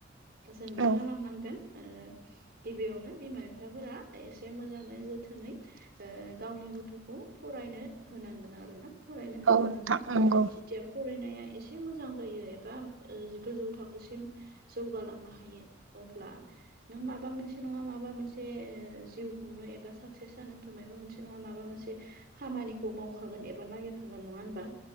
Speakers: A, on the right; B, on the right.
A: जों मा
B: औ
A: खालामनांगोन आरो गिबियावनो बिमा बिफाफोरा एसे मोजाङै जोथोनै गावनि गथ'खौ फरायनो होनांगोन आरोना फरायनो होग्रोनांगोन।
B: औ नोंथां नंगौ
A: थिया फरायनाया एसे मोजां जायो एबा गोजौ थाखोसिम जौगालांनो हायो। अब्ला नों माबा मोनसे नङा माबा मोनसे जिउ खुंनो एबा साकसेस जानोथ' माबा मोनसे नङा माबा मोनसे खामानिखौ मावखागोन एबा नागिरखागोन नङा होनबा